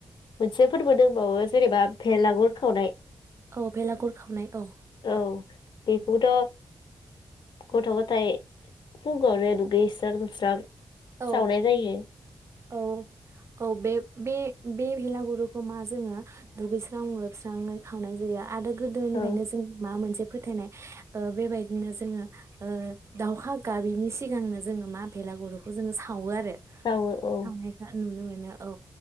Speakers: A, on the left; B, on the right.
A: मोनसे फोरबो दोंबावो जेनेबा भेलागुर खावनाय।
B: औ बेलागुर खावनाय औ
A: औ बेखौथ गथ गाथाय फुंङावनो दुगैस्रां लोबस्रां
B: औ
A: सावनाय जायो
B: औ औ बे बे बे भेलागुरुखौ मा जोङो दुगैस्रां लोबस्रांङै खावनाय जायो। आरो गोदोनिफ्रायनो
A: औ
B: जों मा मोनसे फोथायनाय ओ बेबायदिनो जोङो ओ दावखा गाबिनि सिगांनो जोङो मा भेलागुरु खौ जोङो सावो आरो।
A: सावो औ
B: थांनायखो नुनो मोनो बिदिनो औ